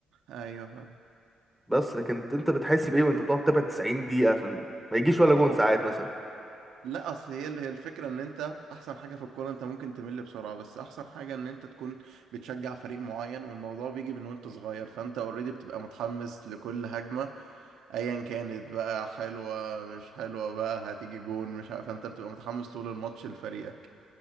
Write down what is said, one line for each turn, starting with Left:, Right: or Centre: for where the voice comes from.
Right: ايوه فاهم.
Centre: بس لكن انت أنت بتحس بايه وانت بتقعد تتابع 90 دقيقة عشان ما يجيش ولا
Right: لا
Centre: جون
Right: هو
Centre: ساعات مثلا
Right: لا اصل هي هي الفكره ان انت احسن حاجه في الكوره انت ممكن تمل بسرعه بس احسن حاجه ان انت تكون بتشجع فريق معين والموضوع بيجي من وانت صغير فانت اوريدي بتبقى متحمس لكل هجمه ايا كانت بقى حلوه مش حلوه بقى هتيجي جون مش عارف فانت بتبقى متحمس طول الماتش لفريقك